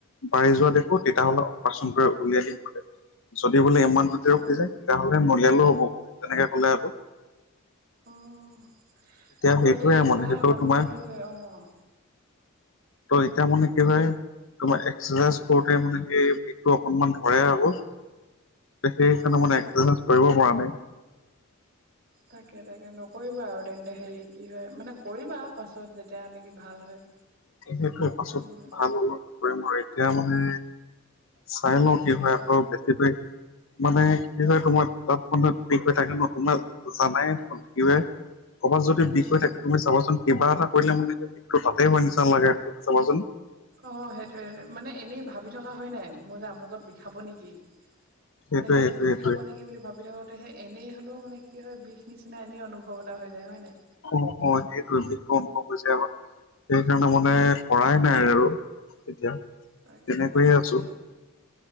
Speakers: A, on the left; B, on the right.
A: বাঢ়ি যোৱা দেখো তেতিয়াহ'লে অপাৰচন কৰি উলিয়াই দিম বোলে, যদি বোলে ইমান দুতে ৰখি
B: অ
A: যায় তেতিয়াহ'লে নুলিয়ালো হ'ব তেনেকে কলে আক
B: অ', হয়
A: সেইটোৱে
B: দেই
A: মানে
B: প্ৰায়
A: সেইটো
B: মানুহবোৰে
A: তোমাৰ
B: যে অ',
A: ত' এতিয়া মানে কি হয় তোমাৰ এক্সাৰচাইজ কৰোতে মানে, সেই বিধটো অকনমান ধৰেই হব সেইকাৰণে
B: অ
A: মানে এক্ৰচাইজ
B: অ
A: কৰিব পৰা নাই
B: তাকে তাকে নকৰিবা, আৰু তেন্তে হেৰি কি হয় মানে, কৰিবা পাছত যেতিয়া ননেেকি ভাল হয়
A: সেইটো এ পাছত
B: উম
A: ভাল হব, নকৰিম আৰু এতিয়া মানে চাই লওঁ
B: সেইটোৱে
A: কি হয়, আকৌ বেট মানে কি হয় তোমাৰ <unintelligible> থাকে নতুনবা জানাই দেোন থাকিবে ক'ৰবাত যদি
B: উম
A: বিষ হৈ থাকে, তুমি চাবাচোন কিবা এটা কৰিলে মানে, বিষটো তাতে হয় নিচিনা লাগে তুমি চাবাচোন
B: অ', সেইটোয়ে মানে এনেই ভাবি থকা হয় নাই মোৰ যে আমুকত বিষাব নেকি
A: সেইটোৱে
B: মানে সেই
A: সেইটোৱে
B: বিষাব
A: সেইটোৱে
B: নেকি বুলি ভাবি থাকো সেই এনেই হ'লেও মানে, কি হয় বিষ নিচিনা এনেই অনুভৱ এটা হৈ যায় হয় ন নাই
A: অ', অ', সেইটোোৱে বিশষটো অনুভৱ হৈছে আাৰ সেইকাৰণে মানে
B: অ
A: কৰা নাই নাই আৰু এতিয়া
B: তাকে
A: তেনেকৈয়ে
B: তাকে
A: আছো